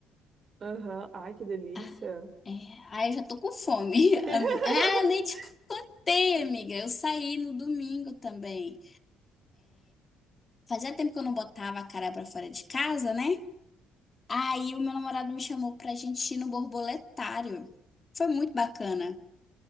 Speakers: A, on the right; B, on the left.
A: Aham. Ai, que delícia.
B: Ah, é. Ai, já tô com fome.
A: <laughs>
B: <laughs> Am- Ah, nem te contei, amiga. Eu saí no domingo também. Fazia tempo que eu não botava a cara pra fora de casa, né? Aí o meu namorado me chamou pra gente ir no borboletário. Foi muito bacana.